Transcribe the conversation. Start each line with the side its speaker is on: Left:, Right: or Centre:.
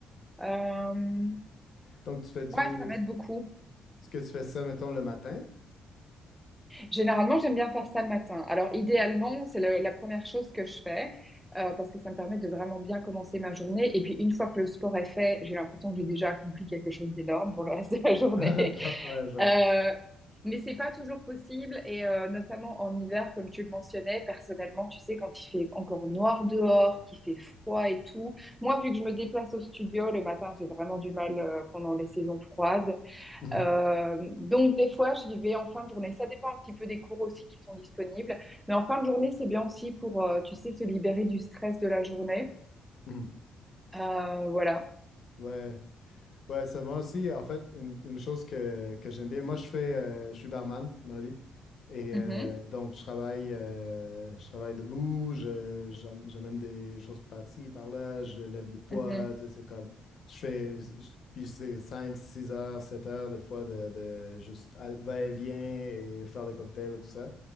Centre: Euh,
Left: Donc, tu fais-tu...
Centre: ouais, ça
Left: Est-ce
Centre: m'aide beaucoup.
Left: que tu fais ça, mettons, le matin?
Centre: Généralement, j'aime bien faire ça le matin. Alors, idéalement, c'est le- la première chose que je fais euh, parce que ça me permet de vraiment bien commencer ma journée. Et puis, une fois que le sport est fait, j'ai l'impression que j'ai déjà accompli quelque chose d'énorme pour le reste <laughs> de la journée.
Left: <laughs>
Centre: <laughs>
Left: Ouais, je-
Centre: Euh, mais c'est pas toujours possible et euh, notamment en hiver, comme tu le mentionnais, personnellement, tu sais, quand il fait encore noir dehors, qu'il fait froid et tout. Moi, vu que je me déplace au studio le matin, j'ai vraiment du mal euh, pendant les saisons froides.
Left: Mhm,
Centre: Euh, donc des fois, j'y vais en fin de journée. Ça dépend un petit peu des cours aussi qui sont disponibles. Mais en fin de journée, c'est bien aussi pour, euh, tu sais, se libérer du stress de la journée.
Left: mhm.
Centre: Euh, voilà.
Left: Ouais, ouais, c'est moi aussi. En fait, une, une chose que, que j'aime bien, moi, je fais, euh, je suis barman dans la vie. Et
Centre: Mhm,
Left: euh, donc, je travaille, euh, je travaille debout, je, j'am- j'amène des choses par-ci, par-là, je lève des poids,
Centre: mhm,
Left: tu sais, c'est comme, je fais, je- puis c'est 5 6 heures, 7 heures des fois de, de juste à- va-et-vient et faire des cocktails et tout ça.